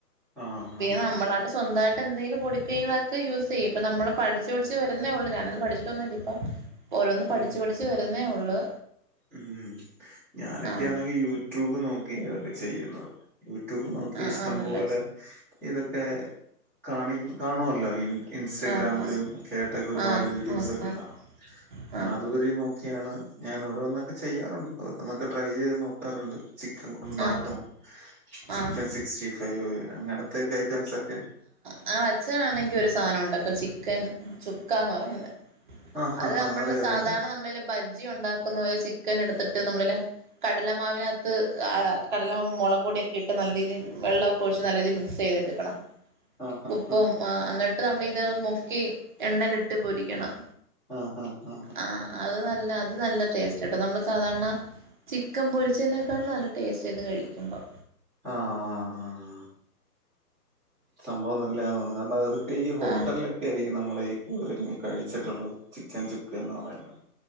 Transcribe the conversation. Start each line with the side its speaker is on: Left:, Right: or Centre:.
Centre: ആഹ്
Right: പിന്നെ
Centre: ആഹ്
Right: നമ്മളായിട്ട്
Centre: ആഹ്.
Right: സ്വന്തായിട്ട് എന്തേലും പൊടിക്കൈകളൊക്കെ യൂസ് ചെയ്യും. ഇപ്പം നമ്മള് പഠിച്ച് പഠിച്ച് വര്ന്നേ ഒള്ളൂ. ഞാനൊന്നും പഠിച്ചിട്ടൊന്നും ഇല്ലാ ഇപ്പം ഓരോന്ന് പഠിച്ച്
Centre: ഉം
Right: പഠിച്ച് വര്ന്നേ ഒള്ള്
Centre: ഉം ഞാനൊക്കെയാണെങ്കി
Right: ആഹ്
Centre: യൂട്യൂബ് നോക്കിയ എന്തെങ്കിലൊക്കെ ചെയ്യുന്നത്. യൂട്യൂബ് നോക്കി
Right: ആഹ്
Centre: ഇഷ്ടം
Right: ആന്നല്ലേ
Centre: പോലെ ഇതൊക്കെ കാണി കാണുമല്ലോ ഈ ഇൻസ്റ്റഗ്രാമിലും
Right: ആഹ്
Centre: കേട്ടൊക്കെ ഒരുപാട്
Right: ആഹ് ആഹ്
Centre: വീഡിയോസൊക്കെ
Right: ആഹ്
Centre: കാണും ഞാൻ
Right: ആഹ്
Centre: അതുപരെ നോക്കിയാണ് ഞാൻ ഓരോന്നൊക്കെ ചെയ്യാറുണ്ട്. ഓരോന്നൊക്കെ ട്രൈ ചെയ്ത് നോക്കാറുണ്ട്. ചിക്കൻ കൊണ്ടാട്ടം
Right: ആഹ്
Centre: ചിക്കൻ
Right: ആഹ്
Centre: സിക്സ്റ്റി ഫൈവ് അങ്ങനത്തെക്കെ ഐറ്റംസൊക്കെ
Right: ഞങ്ങടെ അച്ഛനാണെങ്കി ഒരു സാധനം ഉണ്ടാക്കും. ചിക്കൻ ചുക്കാന്ന് പറഞ്ഞത്.
Centre: ആ ഹാ
Right: അത്
Centre: ഹാ
Right: നമ്മള്ല്ലെ
Centre: അറിയാം
Right: സാധാരണ
Centre: അറിയാം അറിയാം
Right: നമ്മള്ല്ലെ ബജ്ജി ഉണ്ടാക്കുന്നലെ ചിക്കൻ എടുത്തിട്ട് നമ്മള്ല്ലെ കടലമാവിനാത്ത് കടലമാവ മുളകൊടിയൊക്കെ ഇട്ട് നല്ല രീതില് വെള്ളൊ കൊഴച്ച് നല്ല രീതീല് മിക്സെയ്തെടുക്കണം
Centre: ആഹ് ആഹ്
Right: ഉപ്പും ആഹ് എന്നിട്ട് നമ്മളിത് മുക്കി എണ്ണലിട്ട് പൊരിക്കണം.
Centre: ആഹ് ആഹ് ആഹ്
Right: ആഹ് അത് നല്ല അത് നല്ല ടേസ്റ്റ്ണ്ട്. നമ്മള് സാധാരണ ചിക്കൻ പൊരിച്ചതിനേക്കാളും നല്ല ടേസ്റ്റാ ഇത്‌ കഴിക്കുമ്പം.
Centre: ആ ആഹ് സംഭവം നല്ലയാന്ന് തോന്നുന്നു. കാരണം അത് ഈ ഹോട്ടലിലൊക്കെ
Right: ആഹ്
Centre: ആയിരിക്കും നമ്മൾ ഈ കൂടുതലും കഴിച്ചിട്ടുള്ളത് ചിക്കൻ ചുക്കേ എന്ന് പറയുന്നത്